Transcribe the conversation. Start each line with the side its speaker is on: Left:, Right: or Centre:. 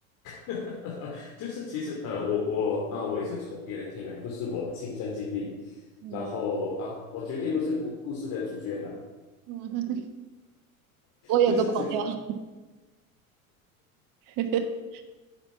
Left: <laughs> 就是其实呃，我我呃，我也是从别人听来，不是我亲身经历。
Right: 嗯
Left: 然后啊，我绝对不是故故事的主角啊，
Right: 嗯，<laughs> 我有个朋友，
Left: 就是其实
Right: <laughs>